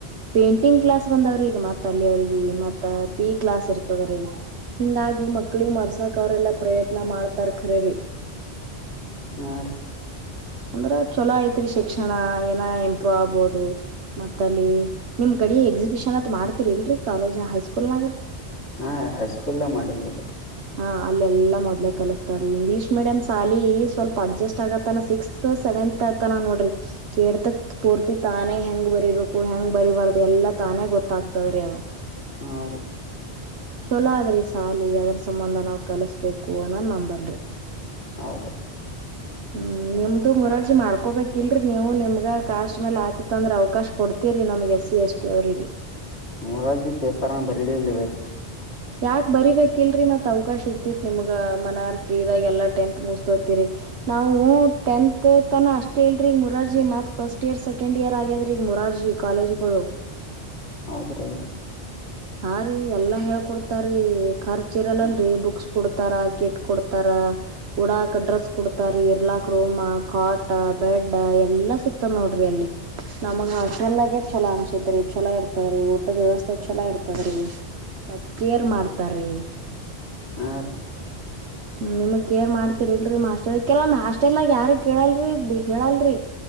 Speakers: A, on the right; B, on the left.
A: ಪೇಂಟಿಂಗ್ ಕ್ಲಾಸ್ ಬಂದವ್ರಿಗ ಮತ್ತ ಅಲ್ಲಿ ಅವ್ರಿಗೆ ಮತ್ತ ಪಿ ಕ್ಲಾಸ್ ಇರ್ತದ ರಿ ಹಿಂದಾಗಿ ಮಕ್ಳಿ ಮರ್ಸಾಕ್ ಅವ್ರೆಲ್ಲಾ ಪ್ರಯತ್ನ ಮಾಡ್ತಾರ್ ಖರರಿ
B: ಹಾ ರಿ
A: ಅಂದ್ರೆ ಚಲೋ ಐತ್ರಿ ಶಿಕ್ಷಣ ಏನೊ ಇಂಪ್ರೂವ್ ಆಗ್ಬೋದು. ಮತ್ತ ಅಲ್ಲಿ ನಿಮ್ ಕಡಿ ಎಕ್ಸಿಬಿಷನ್ ಅತ್ ಮಾಡ್ತಿರಿ ಇಲ್ರೀ ಕಾಲೇಜ್ ಹೈಸ್ಕೂಲ್ ನಾಗ
B: ಹಾ ಹೈಸ್ಕೂಲ್ ಮಾಡಿವರೀ
A: ಹಾ ಅಲ್ಲೆಲ್ಲಾ ಮೊದಲೆ ಕಲಸ್ತಾರ್ ರೀ ಇಂಗ್ಲೀಷ್ ಮೀಡಿಯಮ್ ಸಾಲಿ ಸ್ವಲ್ಪ ಅಡ್ಜಸ್ಟ್ ಆಗತ್ತಾನ ಸಿಕ್ಸ್ತ್ ಸೆವೆಂತ್ ಆಗತಾನ ನೋಡ್ರಿ ಏಡ್ತಕ್ ಪೂರ್ತಿ ತಾನೇ ಹೆಂಗ್ ಬರೀಬೇಕು ಹೆಂಗ್ ಬರಿಬಾರ್ದು ಎಲ್ಲಾ ತಾನೇ ಗೊತ್ತಾಗತವ್ ರೀ ಅವು
B: ಹ ರೀ
A: ಚಲೋ ಆದ್ರಿ ಸಾಲಿ ಅದ್ರ್ ಸಂಬಂಧ ನಾವ್ ಕಲಸ್ಬೇಕು ಅನ್ನೋದ್ ನಂಬಲ್ರೀ
B: ಹೌದು
A: <unintelligible> ಹ್ಮ್ ನಿಮ್ದು ಮುರಾರ್ಜಿ ಮಾಡ್ಕೋಬೇಕಿಲ್ರೀ ನೀವು ನಿಮ್ಗ ಕಾಸ್ಟ್ ಮೇಲೆ ಆತಿತ್ತ್ ಅಂದ್ರೆ ಅವಕಾಶ್ ಕೊಡ್ತೀವಿ ರೀ ನಮಗೆ ಎಸ್ ಸಿ ಎಸ್ ಟಿ ಅವರಿಗೆ
B: ಮೊರಾರ್ಜಿ ಪೇಪರಾ ಬರಿಲಿಲ್ ಇಲ್ಲವರ್ ರೀ
A: ಯಾಕ್ ಬರಿಬೇಕ್ ಇಲ್ರರಿ ಮತ್ ಅವಕಾಶ ಇರತ್ತಿತ್ ನಿಮಗ ಮನೆವ ಫ್ರೀ ಇದಾಗ ಎಲ್ಲಾ ಟೆಂತ್ ಮುಗ್ ತೊತರಿ ನಾವು ಟೆಂತ್ ಮ ತಾನ ಅಷ್ಟೇ ಇಲ್ರೀ ಮುರಾರ್ಜಿ ಮತ್ತೆ ಫಸ್ಟ್ ಇಯರ್ ಸೆಕೆಂಡ್ ಇಯರ್ ಆಗ್ಯದ್ರೀ ಮುರಾರ್ಜಿ ಕಾಲೇಜಗಳು.
B: ಹೌದು ರೀ
A: ಹಾ ರೀ ಎಲ್ಲಾ ಹೇಳ್ಕೊಡ್ತಾರೀ ಖರ್ಚು ಇರಲ್ಲ್ ರೀ ಬುಕ್ಸ್ ಕೊಡ್ತಾರ ಕಿಟ್ ಕೊಡ್ತಾರ. ಹೂಡಕ್ ಡ್ರೆಸ್ ಕೊಡ್ತಾರಿ ಇರ್ಲಾಕ್ ರೂಮಾ. ಕಾಟ ಬೆಡ್ಡ ಎಲ್ಲಾ ಸಿಕ್ತದ್ ನೋಡ್ರಿ ಅಲ್ಲಿ ನಮಗ್ ಹಟೆಲ್ ಲ ಚಲೋ ಅನ್ಸೈತ್ರಿ ಚಲೋ ಇರ್ತದ್ ರೀ ಊಟದ ವ್ಯವಸ್ಥೆ ಚಲೋ ಇರ್ತದೀ ಮತ್ ಕೇರ್ ಮಾಡ್ತ್ ತಾರೀ
B: ಹಾ ರೀ
A: ನಿಮಗ್ ಕೇರ್ ಮಾಡ್ತಿರ್ ಇಲ್ರೀ ಮಾಸ್ಟರ್ ಕೆಲವೊಂದ್ ಹಾಸ್ಟೆಲ್ ನಾಗ ಯಾರು ಕೇಳಲ್ರಿ ಹೇಳಲ್ರರಿ